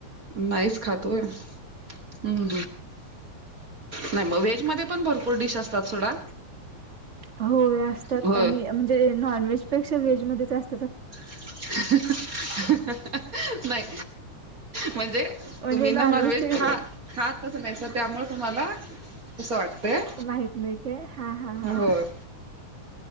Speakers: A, on the right; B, on the right.
A: नाईच खात होय हम्म. नाही मग व्हेज मध्ये पण भरपूर डिश असतात सोडा.
B: होय असतात.
A: होय
B: आणि म्हणजे नॉन व्हेजपेक्षा व्हेजमध्ये च अस
A: <unintelligible> नाही -म्हणजे
B: म्हणजे
A: तुम्ही
B: नॉनव्हेजचे
A: ना नॉनव्हेज खा
B: कसे
A: खातच नाहीसा त्यामुळ तुम्हाला तस वाटतय
B: माहित नाही काय हा हा हा.
A: होय.